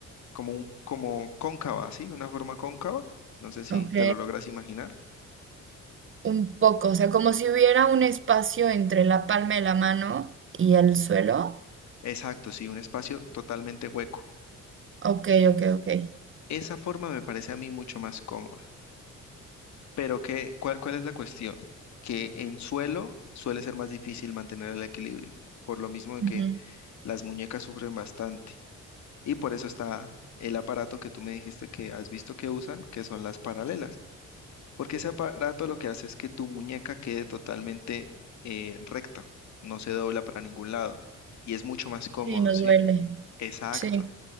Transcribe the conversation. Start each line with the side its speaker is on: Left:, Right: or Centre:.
Left: como un, como cóncava, ¿sí? Una forma cóncava. No sé si
Right: ok,
Left: te lo logras imaginar.
Right: Un poco, o sea, como si hubiera un espacio entre la palma de la mano y el suelo.
Left: Exacto, sí, un espacio totalmente hueco.
Right: Ok, ok, ok.
Left: Esa forma me parece a mí mucho más cómoda. Pero que, ¿cuál, cuál es la cuestión? Que en suelo suele ser más difícil mantener el equilibrio, por lo mismo de
Right: Ujú.
Left: que las muñecas sufren bastante. Y por eso está el aparato que tú me dijiste que has visto que usan, que son las paralelas. Porque ese aparato lo que hace es que tu muñeca quede totalmente eh, recta, no se dobla para ningún lado. Y es mucho más cómodo,
Right: Sí, nos
Left: ¿sí?
Right: duele.
Left: Exacto.
Right: Sí,